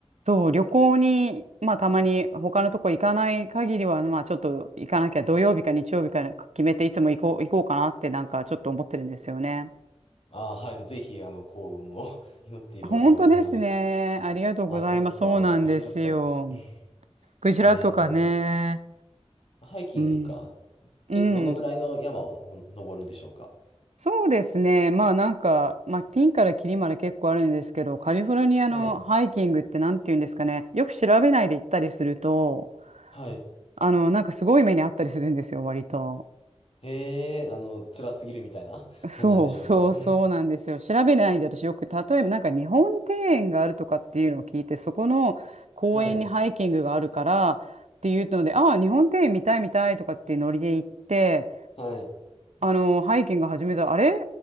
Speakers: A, on the right; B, on the left.
A: そう、旅行に、まあたまに他のとこ行かない限りは、まあちょっと行かなきゃ、土曜日か日曜日か決めて、いつも行こう、行こうかなってなんかちょっと思ってるんですよね。
B: あ、はい。ぜひ、あの、幸運を <laughs> 祈っているわけでございます。
A: 本当ですね。
B: <laughs>
A: ありがとうございます。
B: あ、そうか。
A: そうなんですよ。
B: クジラか。<laughs>
A: クジラとかね。
B: えー、なるほど。ハイキングか。
A: うん。うん。
B: 結構、どのぐらいの山をほん登るんでしょうか。
A: そうですね。まあなんか、まあピンからキリまで結構あるんですけど、カリフォルニアのハイキングってなんて言うんですかね。
B: はい。
A: よく調べないで行ったりすると、
B: はい。
A: あの、なんかすごい目にあったりするんですよ、割と。
B: へえ、あの、辛すぎるみたいな感じなんでしょうか。
A: そうそうそうなんですよ。
B: <laughs>
A: 調べないで私よく、例えばなんか日本庭園があるとかっていうのを聞いて、そこの公園にハイキングがあるからっていうので、
B: はい。
A: ああ、日本庭園見たい見たいとかっていうノリで行って、
B: はい。
A: あの、ハイキング始めた、あれ